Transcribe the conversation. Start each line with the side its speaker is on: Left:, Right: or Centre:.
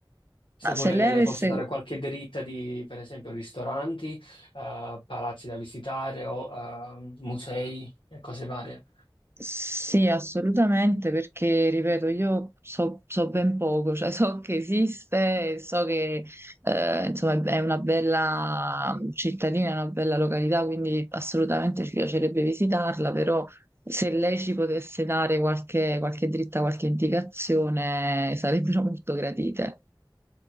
Left: Se
Right: Ma
Left: vuole
Right: se lei
Left: le, le
Right: avesse...
Left: posso dare qualche dritta di, per esempio, ristoranti, eh, palazzi da visitare o eh, musei e cose varie.
Right: Sì, assolutamente, perché, ripeto, io so, so ben poco, cioè so che esiste, e so che eh, insomma, è una bella cittadina, è una bella località, quindi assolutamente ci piacerebbe visitarla, però se lei ci potesse dare qualche, qualche dritta, qualche indicazione, sarebbero <laughs> molto gratite.